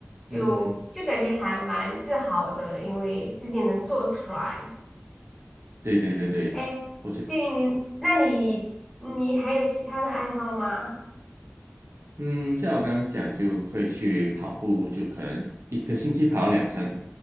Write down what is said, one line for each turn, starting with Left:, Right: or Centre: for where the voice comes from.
Right: 嗯哼嗯哼，
Centre: 就就感觉还蛮自豪的，因为自己能做出来。
Right: 对对对对。
Centre: 哎，
Right: 我觉得。
Centre: 对你，那你你还有其他的爱好吗？
Right: 嗯，像我刚刚讲，就会去跑步，就可能一个星期跑两三